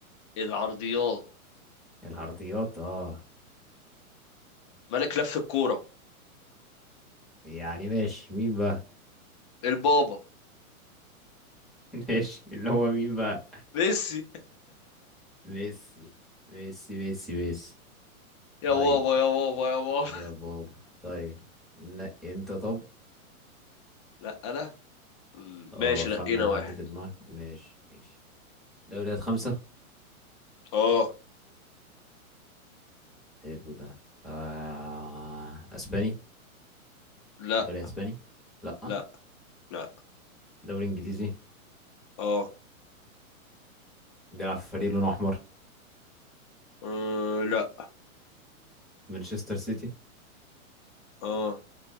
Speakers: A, on the left; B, in the centre.
A: العرضيات
B: العرضيات اه
A: ملك لف الكورة
B: يعني ماشي مين بقى
A: البابا
B: <laughs> ماشي اللي هو مين بقى
A: ميسي
B: ميسي ميسي ميسي ميسي
A: <laughs> يا
B: طيب
A: بابا يا بابا يا بابا
B: يا بابا طيب لا انت طب
A: <laughs> لا انا مم،
B: اه
A: ماشي
B: خمن
A: لقينا واحد
B: حد في دماغك ماشي ماشي دوريات خمسة
A: اه
B: حلو ده آه. اسباني
A: لا
B: دوري اسباني لا
A: لا لا
B: دوري انجليزي
A: اه
B: بيلعب في فريق لونه احمر
A: آه، لا
B: مانشستر سيتي
A: اه